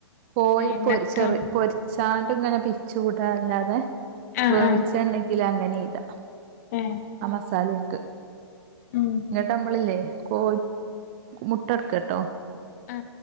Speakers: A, on the right (about 25°); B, on the left (about 35°).
A: കോയി
B: എന്നിട്ടോ
A: പൊരി ചെറ് പൊരിച്ചാൻ ട്ട് ഇങ്ങനെ പിച്ചുടാഅല്ലാതെ
B: ആഹ്
A: വേവിച്ചെ
B: ആഹ്
A: ഉണ്ടേൽ അങ്ങനെ ഇടാം
B: ഏ
A: ആ മസാല ഇട്ട്
B: ഉം
A: എന്നിട്ട് ഞമ്മളില്ലേ കോ മുട്ടടുക്ക ട്ടോ
B: ആ